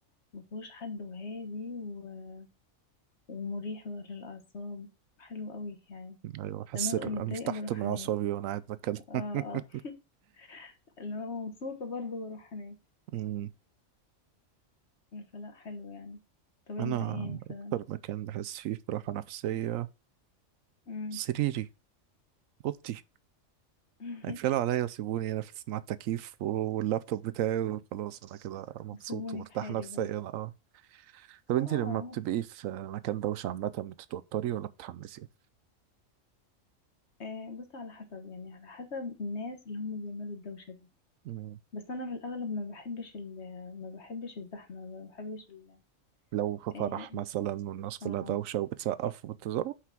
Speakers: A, on the left (about 55°); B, on the right (about 85°).
A: مفهوش حد وهادي و- ومريح بقى للأعصاب حلو قوي يعني
B: ايوه حاسس
A: لما ببقى
B: إن انا
A: متضايقة
B: ارتحت
A: بروح
B: من
A: هناك
B: اعصابي وانا قاعد بتكلم
A: اه
B: <laughs>
A: اه <laughs> لما ببقى مبسوطة برضه بروح هناك
B: أمم،
A: فلا حلو يعني طب انت
B: انا
A: ايه مثلا
B: اكتر مكان بحس فيه براحه نفسيه
A: مم.
B: سريري اوضتي
A: <laughs>
B: هيتقلوا عليا وسيبوني هنا في مع التكييف واللابتوب بتاعي وخلاص انا كده مبسوط
A: سيبوني
B: ومرتاح
A: في حالي
B: نفسيا
A: بقى
B: اه طب
A: اه
B: انت
A: آه.
B: لما بتبقي في مكان دوشه عامه بتتوتري ولا بتتحمسي؟
A: آه، بص على حسب يعني على حسب الناس اللي هم بيعملوا الدوشة دي
B: أمم،
A: بس انا في الاغلب ما بحبش ال ما بحبش الزحمه ما بحبش ال
B: لو في فرح
A: اه
B: مثلا والناس كلها
A: آه.
B: دوشة وبتسقف وبتزار